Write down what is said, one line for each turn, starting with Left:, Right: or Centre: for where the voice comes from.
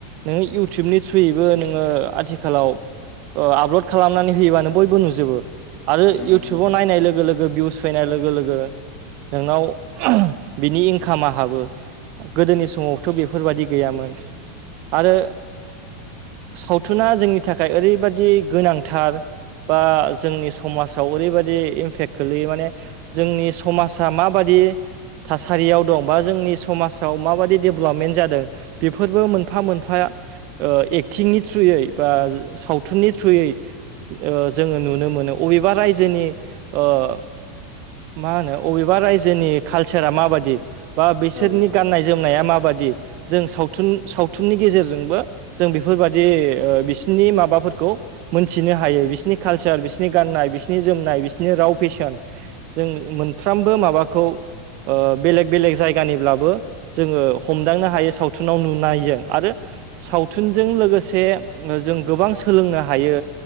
Right: नोंङो इउटुबनि थ्रुयैबो नोंङो आथिखालाव आपल'ड खालामनानै होयोबानो बयबो नुजोबो आरो इयउटुबाव
Left: नंगौ नोंथां
Right: नायनाय लोगो लोगो भिउस फैनाय लोगो लोगो नोंनाव बिनि इंकामा हाबो गोदोनि समावथ' बेफोरबायाददि गैयामोन। आरो सावथुना जोंनि थाखाय ओरैबायदि गोनांथार बा जोंनि समाजाव ओरैबायदि इम्पेक्ट खोलैयो माने जोंनि समाजा माबादि थासारियाव दं बा जोंनि समाजाव माबायदि डेभेलपमेन्ट जादों बेफोरबो मोनफा मोनफा ओ एक्टिंनि थ्रुयै बा सावथुननि थ्रुयै ओ जोङो नुनो मोनो अबेबा रायजोनि ओ मा होनो अबेबा रायजोनि कालसारा माबादि बा बिसोरनि
Left: औ औ
Right: गाननाय जोमनाया माबादि जों सावथुन सावथुननि गेजेरजोंबो जों बेफोरबायदि ओ बिसिनि माबाफोरखौ मोनथिनो हायो बिसिनि कालसार बिसिनि गाननाय बिसिनि जोमनाय बिसिनि राव फेसन जों मो मोनफ्राबो माबाखौ ओ बेलेग बेलेग जायगानिब्लाबो जोंङो हमदांनो हायो सावथुनाव नुनायजों आरो सावथुनजों लोगोसे जो जों गोबां सोलोंनो हायो